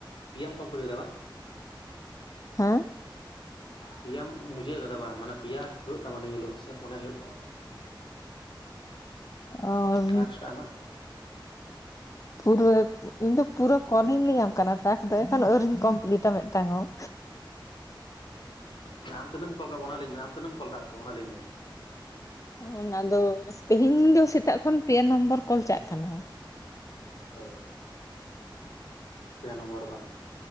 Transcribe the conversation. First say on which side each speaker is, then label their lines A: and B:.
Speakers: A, on the left (about 75°); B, on the left (about 40°).
A: ᱯᱮ ᱮᱢ ᱠᱚᱢᱯᱞᱤᱴ ᱠᱟᱫᱟ ᱵᱟᱝ?
B: ᱦᱮᱸ
A: ᱯᱮᱭᱟᱟᱢ ᱵᱩᱡᱷᱟᱹᱣ ᱠᱟᱫᱟ ᱵᱟᱝ ᱢᱟᱱᱮ ᱯᱮᱭᱟ ᱦᱩᱭᱩᱜ ᱛᱟᱢᱟ ᱤᱱᱟᱹ ᱦᱤᱞᱳᱜ ᱥᱮ ᱯᱚᱱᱭᱟ ᱦᱩᱭᱩᱜ ᱛᱟᱢᱟ᱾
B: ᱟᱨ
A: ᱴᱟᱠᱥᱴᱟ ᱟᱢᱟᱜ
B: ᱯᱩᱨᱼᱼ ᱤᱧ ᱫᱚ ᱯᱩᱨᱟᱹ ᱠᱚᱞᱤᱝ ᱞᱤᱧ ᱮᱢᱟᱢ ᱟᱠᱟᱱᱟ ᱴᱟᱠ ᱫᱚ ᱮᱠᱷᱚᱱ ᱟᱹᱣᱨᱤᱧ ᱠᱚᱢᱯᱞᱤᱤᱴᱟ ᱢᱤᱫ ᱴᱟᱝ ᱦᱚᱸ
A: ᱦᱮᱸ ᱟᱢ ᱛᱤᱱᱟᱹᱜ ᱮᱢ ᱠᱚᱞ ᱠᱟᱜ ᱚᱱᱟ ᱞᱟᱹᱭᱧ ᱢᱮ ᱟᱢ ᱛᱤᱱᱟᱹᱜ ᱮᱢ ᱠᱚᱞ ᱠᱟᱜ ᱠᱚᱣᱟ ᱚᱱᱟ ᱞᱟᱹᱭᱧ ᱢᱮ?
B: ᱚᱱᱟᱫᱚ ᱛᱮᱦᱮᱧ ᱫᱚ ᱥᱮᱛᱟᱜ ᱠᱷᱚᱱ ᱯᱮ ᱱᱚᱢᱵᱚᱨ ᱠᱚᱞ ᱪᱟᱜ ᱠᱟᱱᱟ᱾
A: ᱚ ᱯᱮ ᱱᱚᱢᱵᱚᱨ ᱵᱟᱝ?